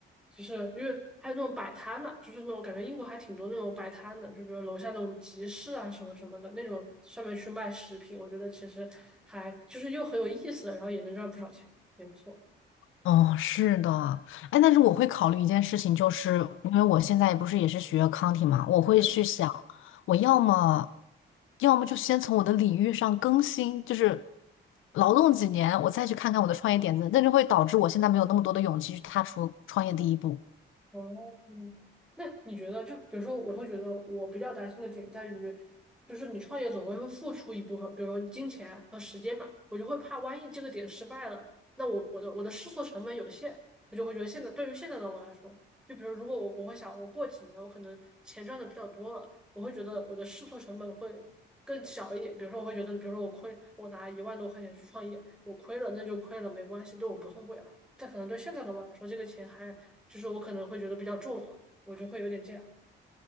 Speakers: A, in the centre; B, on the left.
A: 就是因为还有那种摆摊嘛，就是那种感觉英国还挺多那种摆摊的，就比如楼下那种集市啊什么什么的那种，上面去卖食品，我觉得其实还就是又很有意思，然后也能赚不少钱，也不错。
B: 哦，是的，哎，但是我会考虑一件事情，就是因为我现在不是也是学 a c o u n t i 嘛，我会去想，
A: 对。
B: 我要么，要么就先从我的领域上更新，就是劳动几年，我再去看看我的创业点子，那就会导致我现在没有那么多的勇气去踏出创业第一步。
A: 哦，那你觉得，就比如说，我会觉得我比较担心的点在于，就是你创业总归会付出一部分，比如说金钱和时间嘛，我就会怕万一这个点失败了，那我我的我的试错成本有限，我就会觉得现在对于现在的我来说，就比如如果我我会想，我过几年我可能钱赚的比较多了，我会觉得我的试错成本会更小一点，比如说我会觉得，比如说我亏，我拿一万多块钱去创业，我亏了那就亏了，没关系，对我不痛不痒。但可能对现在的我来说，这个钱还就是我可能会觉得比较重要，我就会有点这样。